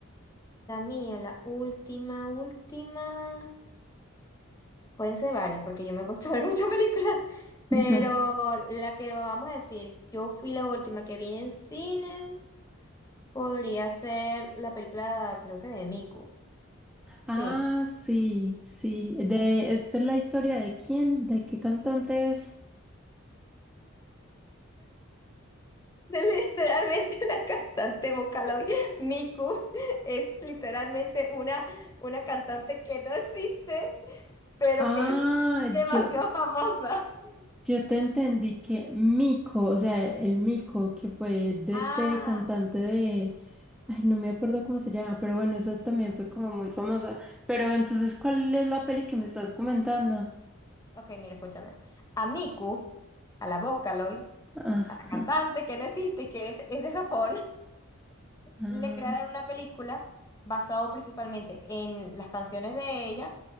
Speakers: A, on the left; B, in the centre.
A: La mía, la última, última. Pueden ser varias, porque yo me he puesto a ver <laughs> muchas películas, pero
B: <laughs>
A: la que vamos a decir, yo fui la última que vi en cines. Podría ser la película, creo que de Miku. Sí.
B: Ah, sí, sí. De, ¿esta es la historia de quién? ¿De qué cantante es?
A: <laughs> De- Literalmente la cantante vocal hoy, Miku, es literalmente una, una cantante que no existe, pero
B: Ah,
A: que es demasiado
B: yo.
A: famosa. <laughs>
B: Yo te entendí que Mico, o sea, el Mico, que fue de
A: Ah,
B: este cantante de, ay, no me acuerdo cómo se llama, pero bueno, eso también fue como muy famosa. Pero entonces, ¿cuál es la peli que me estás comentando?
A: ok, mira, escúchame. A Miku, a la Vocaloid,
B: Ajá,
A: a la cantante que no existe y que es, es de Japón,
B: ah,
A: le crearon una película basado principalmente en las canciones de ella,